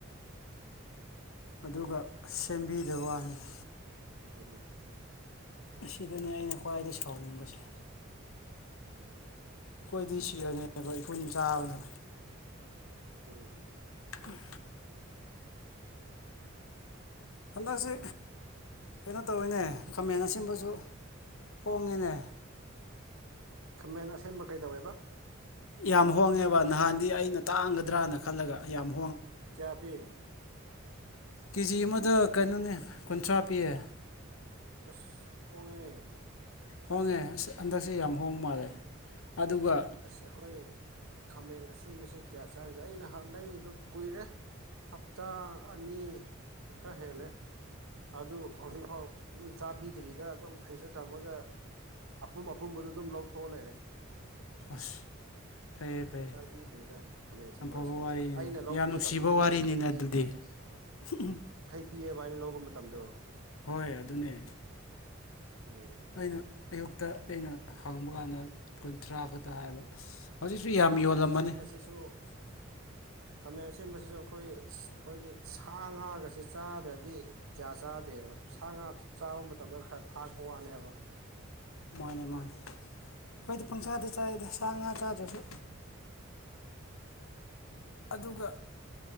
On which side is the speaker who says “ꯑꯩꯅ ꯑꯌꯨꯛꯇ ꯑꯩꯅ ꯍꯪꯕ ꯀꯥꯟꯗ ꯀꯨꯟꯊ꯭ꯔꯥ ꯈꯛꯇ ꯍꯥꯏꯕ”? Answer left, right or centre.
Left